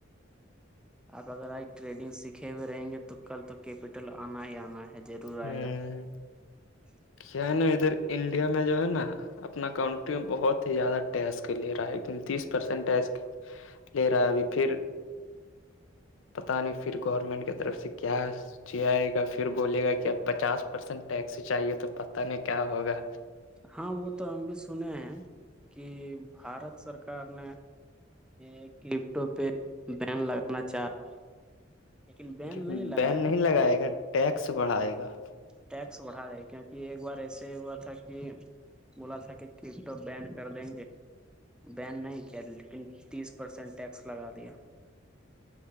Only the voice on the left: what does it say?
ہوں
کیا ہے نا ادھر انڈیا میں جو ہے نا اپنا کنٹری میں بہت ہی زیادہ ٹیکس لے رہا ہےیکن تیس پرسینٹ ٹیکس لے رہا ہے پھر پتا نہیں پھر گورنمنٹ کی طرف سے کیا سچ آئے گا پھر بولے گا کہ پچاس پرسینٹ ٹیکسی چاہیے تو پت نہیں کیا ہوگا
ہوں
بین
نہیں لگائے گا ٹیکس بڑھائے گا